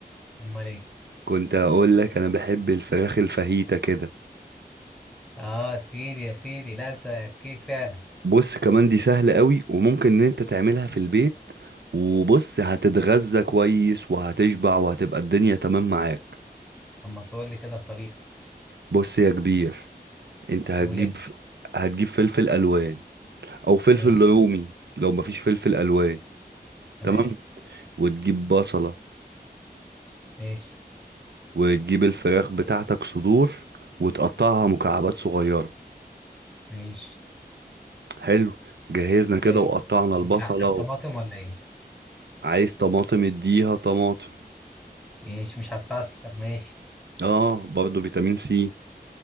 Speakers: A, in the centre; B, on the right.
A: امال ايه
B: كنت هقول لك انا بحب الفراخ الفاهيتا كده
A: اه سيدي يا سيدي لا انت اكيد فعلا
B: بص كمان دي سهلة قوي وممكن ان انت تعملها في البيت وبص هتتغذى كويس وهتشبع وهتبقى الدنيا تمام معاك
A: طب ما تقول لي كده الطريقة
B: بص يا كبير انت هتجيب
A: قول يا كبير
B: ف... هتجيب فلفل الوان او فلفل
A: ماشي
B: رومي لو مفيش فلفل الوان
A: تمام
B: تمام وتجيب بصلة
A: ماشي
B: وتجيب الفراخ بتاعتك صدور وتقطعها مكعبات صغيرة
A: ماشي
B: حلو جهزنا كده
A: حلو
B: وقطعنا
A: هو
B: البصلة
A: مش هحتاج طماطم ولا ايه؟
B: عايز طماطم اديها طماطم
A: ماشي مش هتخسر ماشي
B: اه برضو فيتامين سي